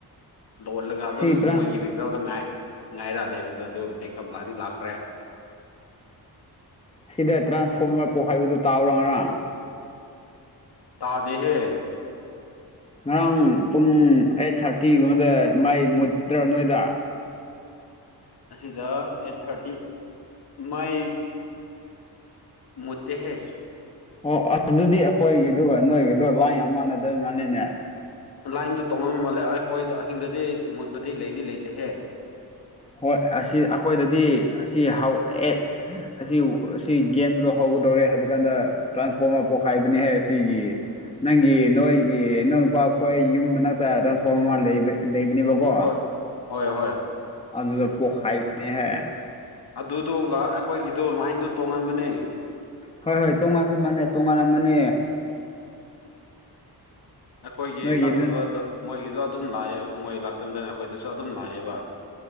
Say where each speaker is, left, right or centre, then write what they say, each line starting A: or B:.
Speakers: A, on the left (about 70°); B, on the left (about 15°).
A: ꯂꯣꯜꯂꯒ ꯑꯗꯨꯝ
B: ꯁꯤ ꯇ꯭ꯔꯥꯟ
A: ꯃꯣꯏꯒꯤ ꯔꯤꯡ ꯏꯗꯥꯎꯗ ꯉꯥꯏ ꯉꯥꯏꯔꯛꯂꯦꯕꯗꯣ ꯑꯗꯨ ꯕ꯭ꯔꯦꯛꯀꯞ ꯂꯥꯛꯗꯤ ꯂꯥꯛꯈ꯭ꯔꯦ
B: ꯁꯤꯗ ꯇ꯭ꯔꯥꯟꯁꯐꯣꯔꯃꯔ ꯄꯣꯛꯈꯥꯏꯕꯗꯨ ꯇꯥꯕꯔ꯭ ꯉꯥꯔꯥꯡ
A: ꯇꯥꯗꯦꯍꯦ
B: ꯉꯔꯥꯡ ꯄꯨꯡ ꯑꯩꯠ ꯊꯥꯔꯇꯤꯒꯨꯝꯕꯗ ꯃꯥꯏ ꯃꯨꯠꯇ꯭ꯔ ꯅꯣꯏꯗ
A: ꯑꯁꯤꯗ ꯑꯦꯠ ꯊꯥꯔꯇꯤ ꯃꯥꯏ ꯃꯨꯠꯇꯦ ꯍꯦ
B: ꯑꯣ ꯑꯗꯨꯗꯤ ꯑꯩꯈꯣꯏꯒꯤꯗꯨꯒ ꯅꯣꯏꯒꯤꯗꯨ ꯒꯥ ꯂꯥꯟꯏ ꯌꯥꯝ ꯃꯥꯟꯅꯗ ꯃꯥꯂꯦꯅꯦ
A: ꯂꯥꯏꯟꯗꯨ ꯇꯣꯡꯉꯝ ꯃꯥꯜꯂꯦ ꯑꯩ ꯍꯣꯏ ꯑꯍꯤꯡꯗꯗꯤ ꯃꯨꯠꯄꯗꯤ ꯂꯩꯗꯤ ꯂꯩꯇꯦꯍꯦ
B: ꯍꯣꯏ ꯑꯁꯤ ꯑꯩꯈꯣꯏꯗꯗꯤ ꯑꯁꯤ ꯍꯧ ꯑꯁꯤ ꯁꯤ ꯒꯦꯝꯁꯨ ꯍꯧꯒꯗꯧꯔꯦ ꯍꯥꯏꯕ ꯀꯥꯟꯗ ꯇ꯭ꯔꯥꯟꯁꯐꯣꯔꯃꯔ ꯄꯣꯛꯈꯥꯏꯕꯅꯤꯍꯦ ꯑꯁꯤꯒꯤꯒꯤ ꯅꯪꯒꯤ ꯅꯣꯏꯒꯤ ꯏꯪ ꯅꯨꯨꯄꯥ ꯈꯣꯏ ꯌꯨꯝ ꯃꯅꯥꯛꯇ ꯇ꯭ꯔꯥꯟꯁꯐꯣꯔꯃꯔ ꯑꯃ ꯂꯩ ꯂꯩꯕꯅꯦꯕꯀꯣ
A: ꯍꯣꯏ ꯍꯣꯏ ꯍꯣꯏ
B: ꯑꯗꯨꯗ ꯄꯣꯈꯥꯏꯕꯅꯦ ꯍꯥꯏ
A: ꯑꯗꯨꯗꯨꯒ ꯑꯩꯈꯣꯏꯒꯤꯗꯨ ꯂꯥꯏꯟꯗꯨ ꯇꯣꯡꯉꯟꯕꯅꯦ
B: ꯍꯣꯏ ꯍꯣꯏ ꯇꯣꯉꯥꯟꯕ ꯃꯅꯦ ꯇꯣꯉꯥꯟꯕ ꯃꯅꯦ
A: ꯑꯩꯈꯣꯏꯒꯤ
B: ꯅꯣꯏꯒꯤꯗꯨ
A: ꯂꯥꯛꯇꯕꯗ ꯃꯣꯏꯒꯤꯁꯨ ꯑꯗꯨꯝ ꯂꯥꯛꯑꯦ ꯃꯣꯏ ꯂꯥꯛꯇꯕꯗꯅ ꯑꯩꯈꯣꯏꯗꯁꯨ ꯑꯗꯨꯝ ꯂꯥꯛꯑꯦꯕ